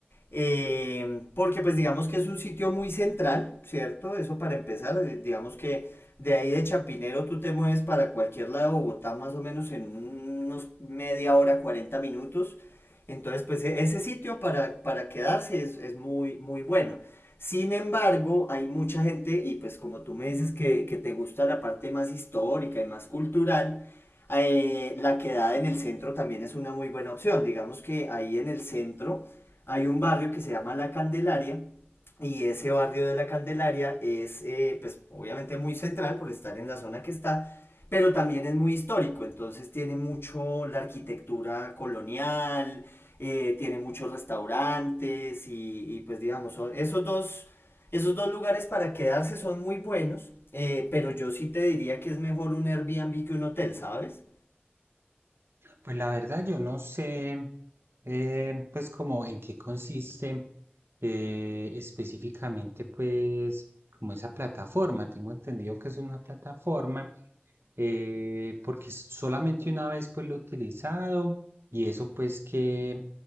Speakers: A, on the left (about 70°); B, on the right (about 75°).
A: eh, porque pues digamos que es un sitio muy central, ¿cierto? Eso para empezar, eh, digamos que de ahí de Chapinero tú te mueves para cualquier lado de Bogotá más o menos en unos media hora, 40 minutos. Entonces, pues e- ese sitio para, para quedarse es, es muy, muy bueno. Sin embargo, hay mucha gente, y pues como tú me dices que, que te gusta la parte más histórica y más cultural, eh, la quedada en el centro también es una muy buena opción. Digamos que ahí en el centro hay un barrio que se llama La Candelaria y ese barrio de La Candelaria es, eh, pues, obviamente muy central por estar en la zona que está, pero también es muy histórico, entonces tiene mucho la arquitectura colonial, eh, tiene muchos restaurantes y, y, pues digamos, son esos dos, esos dos lugares para quedarse son muy buenos, eh, pero yo sí te diría que es mejor un Airbnb que un hotel, ¿sabes?
B: Pues la verdad yo no sé eh, pues como en qué consiste eh, específicamente pues como esa plataforma. Tengo entendido que es una plataforma eh, porque solamente una vez pues lo he utilizado y eso pues que